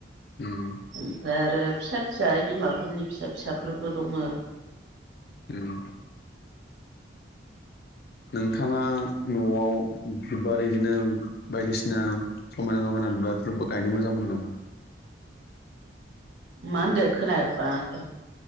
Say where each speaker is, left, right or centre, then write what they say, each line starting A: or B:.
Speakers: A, on the left; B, on the right.
A: ओम।
B: ओमफ्राय आरो फिसा-फिसा ओइ बिमाफोरनि फिसा-फिसाफोरबो दङ।
A: ओम। नोंथाङा न'आव बिबार बिदिनो बायदिसिना समायना-रमायना बिबारफोर गायनो मोजां मोनो नामा?
B: मा होनदो खोना बाङाखै आं।